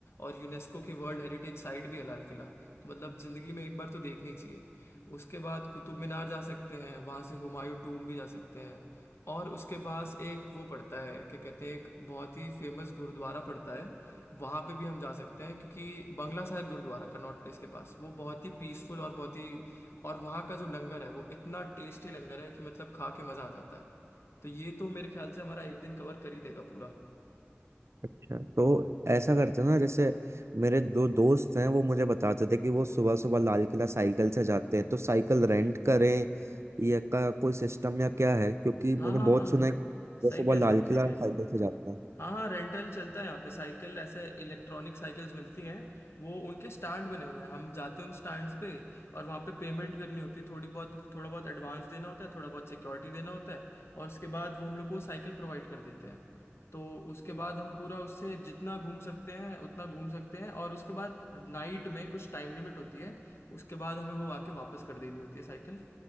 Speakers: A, on the left; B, on the right.
A: और यूनेस्को की वर्ल्ड हेरिटेज साइट भी है लाल किला तो मतलब ज़िंदगी में एक बार तो देखनी चाहिए उसके बाद कुतुब मीनार जा सकते हैं वहाँ से हुमायूं टूम भी जा सकते हैं और उसके पास एक वो पड़ता है क्या कहते हैं एक बहुत ही फेमस गुरुद्वारा पड़ता है वहाँ पे भी हम जा सकते हैं क्योंकि बंगला साहिब गुरुद्वारा कनॉट प्लेस के पास वो बहुत ही पीसफुल और बहुत ही और वहाँ का जो लंगर है वो इतना टेस्टी लंगर है कि मतलब खा के मज़ा आ जाता है तो ये तो मेरे ख्याल से हमारा एक दिन कवर कर ही देगा पूरा
B: अच्छा तो ऐसा करते हैं ना जैसे मेरे दो दोस्त हैं वो मुझे बताते थे कि वो सुबह सुबह लाल किला साइकिल से जाते हैं तो साइकिल रेंट करें या का कोई सिस्टम या क्या है क्योंकि मैंने
A: हाँ हाँ
B: बहुत
A: हाँ
B: सुना
A: हाँ
B: है कि
A: सही
B: वो सुबह
A: कह रहे
B: लाल
A: हो आप सही
B: किला
A: कह रहे
B: साइकिल
A: हो
B: से जाते हैं
A: हाँ हाँ रेंटल चलता है यहाँ पे साइकिल ऐसे इलेक्ट्रॉनिक साइकिल्स मिलती हैं वो उनके स्टैंड बने हुए हैं हम जाते हैं उन स्टैंड्स पे और वहाँ पे पेमेंट करनी होती है थोड़ी बहुत थोड़ा बहुत एडवांस देना होता है थोड़ा बहुत सिक्योरिटी देना होता है और उसके बाद वो हम लोग को साइकिल प्रोवाइड कर देते हैं तो उसके बाद हम पूरा उससे जितना घूम सकते हैं उतना घूम सकते हैं और उसके बाद नाइट में कुछ टाइम लिमिट होती है उसके बाद हमें वो आके वापस कर देनी होती है साइकिल